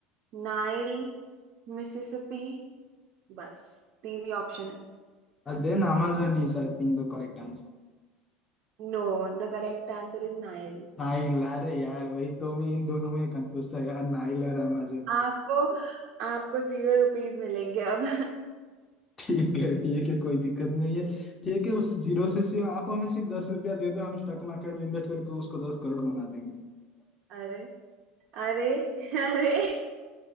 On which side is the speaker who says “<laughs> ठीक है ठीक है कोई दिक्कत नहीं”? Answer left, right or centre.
Left